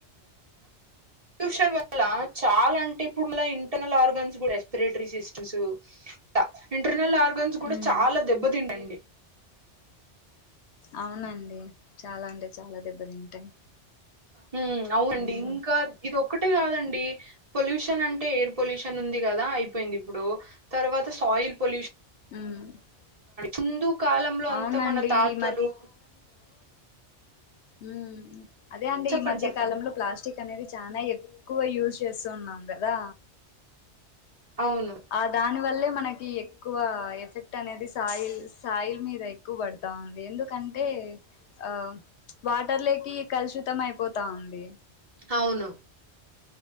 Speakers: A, on the right (about 35°); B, on the left (about 75°).
A: ట్యూషన్ వల్ల చాలాఅంటే ఇప్పుడు మన ఇంటర్నల్ ఆర్గాన్స్ కూడా రెస్పిరేటరీ సిస్టమ్స్ ఇంకా ఇంటర్నల్ ఆర్గన్స్ కూడా
B: ఉమ్
A: చాలా దెబ్బతింటాయండి
B: అవునండి చాలా అంటే చాలా దెబ్బతింటాయి
A: మ్మ్ అవునండి
B: ఉమ్
A: ఇంకా ఇదో ఒకటే కాదండి పొల్యూషన్ అంటే ఎయిర్ పొల్యూషన్ ఉంది కదా అయిపోయింది ఇప్పుడు తర్వాత సౌండ్ ఆయిల్ పొల్యూషన్.
B: ఉమ్
A: హిందూ కాలంలో అంత
B: అవునండి
A: మన తాతలు
B: ఈ మ్మ్ అదే అండి
A: చెప్పండి
B: ఈ మధ్య
A: చెప్పండి
B: కాలంలో ప్లాస్టిక్ అనేది చానా ఎక్కువ యూజ్ చేస్తు ఉన్నాం కదా
A: అవును
B: ఆ దానివల్ల మనకీ ఎక్కువా ఎఫెక్ట్ అనేది సాయిల్ సాయిల్ మీద ఎక్కువ పడతా ఉంది ఎందుకంటే టే ఆ ప్చ్ వాటర్ లేక ఇగా కలుషితం అయిపోతా ఉందీ
A: అవును